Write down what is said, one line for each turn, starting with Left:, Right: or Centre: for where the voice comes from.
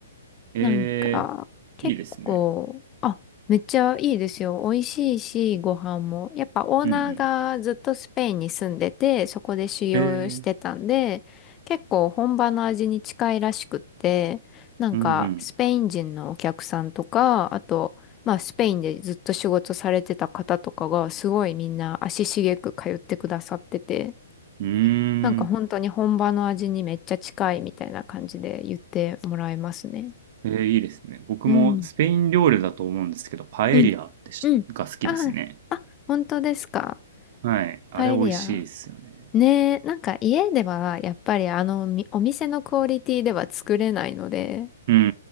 Right: ええ、
Left: なんか、結構、
Right: いいですね。
Left: あ、めっちゃいいですよ。美味しいし、ご飯も。やっぱオーナーがずっとスペインに住んでて、
Right: うんうん。
Left: そこで修行してたんで、
Right: ええ、
Left: 結構本場の味に近いらしくって、なんか、
Right: うん
Left: スペイン人のお客さんとか、あと、まあ、スペインでずっと仕事されてた方とかが、すごいみんな足しげく通ってくださってて、
Right: うん。うーん。
Left: なんか本当に本場の味にめっちゃ近いみたいな感じで言ってもらえますね。
Right: ええ、いいですね。僕もスペイン料理だと思うんですけど、
Left: うん。
Right: パエリアってしが好きですね。
Left: うん。うんああ、あ本当ですか。
Right: はい。
Left: パエリア。
Right: あれ美味しいですよね。
Left: ねえ、なんか家ではやっぱりあのみお店のクオリティでは作れないので、
Right: うんうんう